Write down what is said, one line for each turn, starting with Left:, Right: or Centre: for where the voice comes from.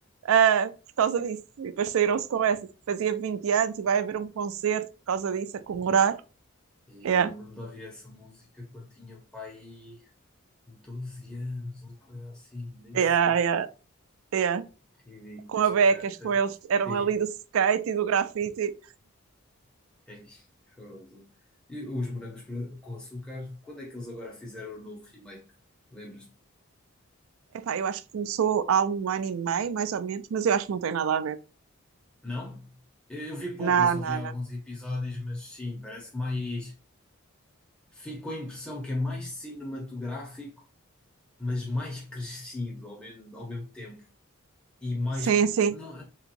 Right: ah, por causa disso. E depois saíram-se com essa. Fazia 20 anos e vai haver um concerto por causa disso, a comemorar.
Centre: E
Right: Yeah.
Centre: eu lembro-me de ouvir essa música quando tinha pai 12 anos, ou coisa assim, nem sei.
Right: Yeah, yeah, yeah.
Centre: Ridículo,
Right: Com a
Centre: já
Right: Becas,
Centre: foi há tanto
Right: com eles, eram
Centre: tempo.
Right: ali do skate e do grafite.
Centre: É, fogo. E os morangos pra- com açúcar, quando é que eles agora fizeram o novo remake? lembras
Right: Epá, eu acho que começou há um ano e meio, mais ou menos, mas eu acho que não tem nada a ver.
Centre: Não? Eu vi pouco,
Right: Não,
Centre: eu só
Right: não,
Centre: vi alguns
Right: não.
Centre: episódios, mas sim, parece mais. Fico com a impressão que é mais cinematográfico, mas mais crescido ao mesmo, ao mesmo tempo. E mais.
Right: Sim, sim.
Centre: Não,